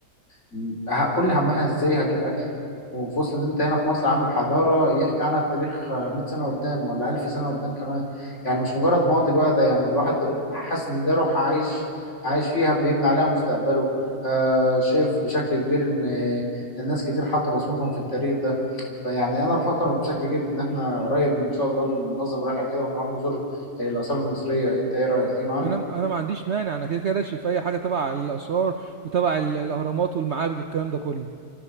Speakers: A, on the left; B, on the right.
A: م- ه- كل همها ازاي هجيب اكل وفي وسط ان انت هنا في مصر عامل حضاره يحكي عنها التاريخ آه، 100 سنه قدام ولا 1000 سنه قدام كمان يعني مش مجرد ماضي بقى ده يعني الواحد در- حاسس ان ده روح عايش عايش فيها بيبني عليها مستقبله آه شايف بشكل كبير ان آه، الناس كتير حطوا بصمتهم في التاريخ ده فيعني انا بفكر بشكل جد ان احنا قريب ان شاء الله ننظم رحله كده ونروح نزور آه، الاثار المصريه انت ايه رايك تيجي معانا
B: انا انا ما عنديش مانع انا كده كده راشد في اي حاجه تبع الاثار وتبع ال- الاهرامات والمعابد والكلام ده كله